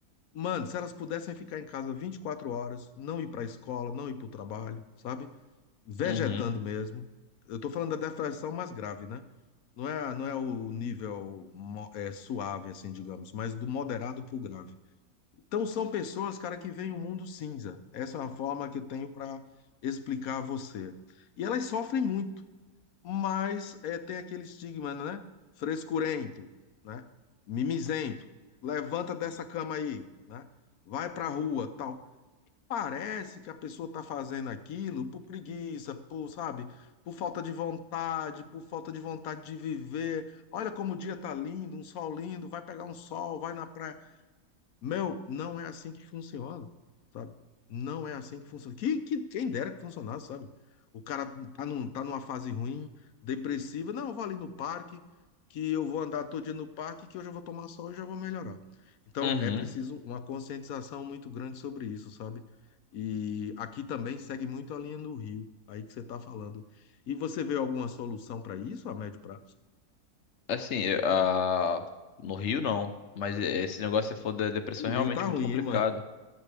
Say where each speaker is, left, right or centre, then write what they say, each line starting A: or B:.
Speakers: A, on the left; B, on the left.
A: Mano, se elas pudessem ficar em casa 24 horas, não ir para a escola, não ir para o trabalho, sabe? Vegetando
B: Uhum,
A: mesmo. Eu tô falando da depressão mais grave, né? Não é, não é o nível mo- é, suave, assim, digamos, mas do moderado para o grave. Então, são pessoas, cara, que veem o mundo cinza. Essa é a forma que eu tenho para explicar a você. E elas sofrem muito mas é, tem aquele estigma, né? Frescurento, né? Mimizento. Levanta dessa cama aí, né? Vai pra rua, tal. Parece que a pessoa tá fazendo aquilo por preguiça, por, sabe? Por falta de vontade, por falta de vontade de viver. Olha como o dia tá lindo, um sol lindo, vai pegar um sol, vai na praia meu, não é assim que funciona, sabe? Não é assim que funciona. Que, que quem dera que funcionasse, sabe? O cara tá, num, tá numa fase ruim, depressiva. Não, eu vou ali no parque, que eu vou andar todo dia no parque, que eu já vou tomar sol e já vou melhorar. Então,
B: uhum.
A: é preciso uma conscientização muito grande sobre isso, sabe? E aqui também segue muito a linha do Rio, aí que você tá falando. E você vê alguma solução para isso a médio prazo?
B: Assim, eu- ah, no Rio não. Mas esse negócio que você falou da depressão
A: O
B: é
A: Rio
B: realmente
A: tá ruim,
B: muito complicado.
A: hein, mano?